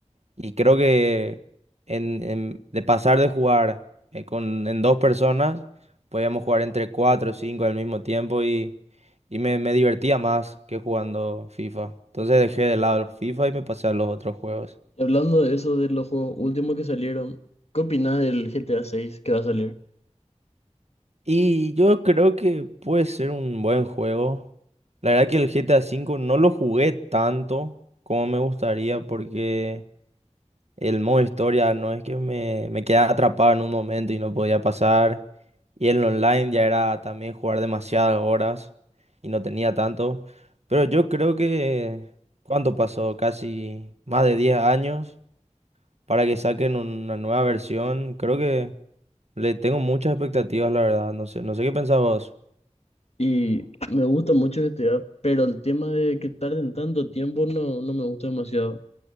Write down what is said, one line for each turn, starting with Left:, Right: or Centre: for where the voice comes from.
Right: Y creo que en, en- de pasar de jugar eh, con, en dos personas, podíamos jugar entre cuatro o cinco al mismo tiempo y, y me, me divertía más que jugando FIFA. Entonces dejé de lado el FIFA y me pasé a los otros juegos.
Left: Y hablando de eso, de los juegos últimos que salieron, ¿qué opinas del GTA 6 que va a salir?
Right: Y yo creo que puede ser un buen juego. La verdad que el GTA V no lo jugué tanto como me gustaría porque el modo historia no es que me, me quedaba atrapado en un momento y no podía pasar. Y el online ya era también jugar demasiadas horas y no tenía tanto. Pero yo creo que, ¿cuánto pasó? Casi más de 10 años para que saquen una nueva versión. Creo que le tengo muchas expectativas, la verdad. No sé, no sé qué pensabas.
Left: Y me gusta mucho GTA, pero el tema de que tarden tanto tiempo no, no me gusta demasiado.